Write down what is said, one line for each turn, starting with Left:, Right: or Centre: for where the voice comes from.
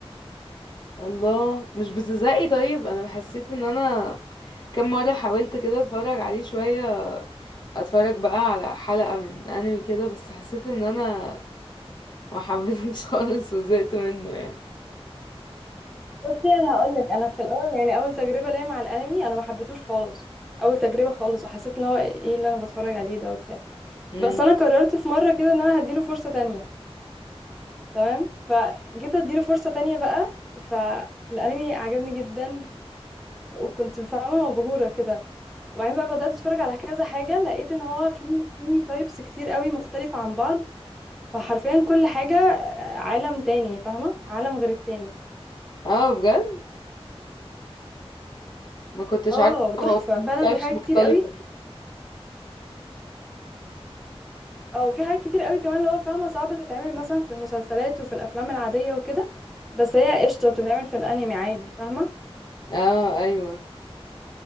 Left: الله مش بتزهقي طيب انا حسيت ان انا كم مرة حاولت كده اتفرج عليه شوية اتفرج بقى على حلقة من انمي كده بس حسيت ان انا ما حبيتهوش <laughs> خالص وزهقت منه يعني
Centre: بصي انا هقول لك انا في الاول يعني اول تجربه ليا مع الانمي انا ما حبيتهوش خالص اول تجربه خالص وحسيت ان هو ايه اللي انا بتفرج عليه ده وبتاع
Left: مم.
Centre: بس انا قررت في مره كده ان انا هديله فرصه تانية تمام فجيت اديله فرصه تانية بقى فالانمي عجبني جدا وكنت فاهمه مبهوره كده وبعدين بقى بدات اتفرج على كذا حاجه لقيت ان هو في في تايبس كتير قوي مختلفه عن بعض فحرفيا كل حاجه آه، عالم تاني فاهمه عالم غير التاني
Left: اه بجد ما كنتش
Centre: اه
Left: عارفة
Centre: تحفه
Left: هو ليه
Centre: فعلا
Left: types
Centre: في حاجات
Left: مختلفة
Centre: كتير قوي او في حاجات كتير قوي كمان اللي هو فاهمه صعب تتعمل مثلا في المسلسلات وفي الافلام العاديه وكده بس هي قشطه بتتعمل في الانمي عادي فاهمه
Left: اه ايوه